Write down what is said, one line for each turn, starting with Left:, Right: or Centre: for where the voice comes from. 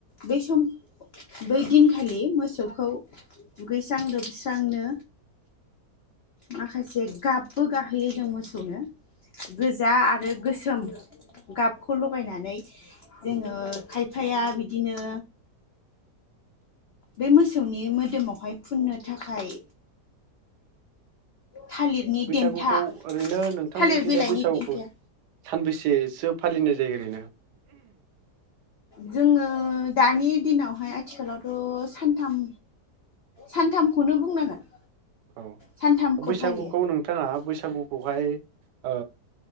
Left: बै सम बै दिनखालि मोसौखौ दुगैस्रां लोबस्रांनो माखासे गाबबो गाहोयो जों मोसौनो। गोजा आरो गोसोम गाबखौ लगायनानै जोङो
Right: उम
Left: खाय फाया बिदिनो बे मोसौनि मोदोमावहाय फुन्नो थाखाय थालिरनि
Right: बैसागुखौ
Left: देन्था
Right: ओरैनो नोंथांमोन्थिजाय
Left: थालिर बिलाइनि
Right: बैसागुखौ
Left: दिंखिया
Right: सानबैसेसो फालिनाय जायो ओरैनो? <inaudible>
Left: जोङो दानि दिनावहाय आथिखालावथ सान्थाम सान्थामखौनो बुंनांगोन।
Right: औ
Left: सानथामखौ
Right: बैसागुखौ
Left: फालियो
Right: नोंथाङा बैसागुखौहाय ओ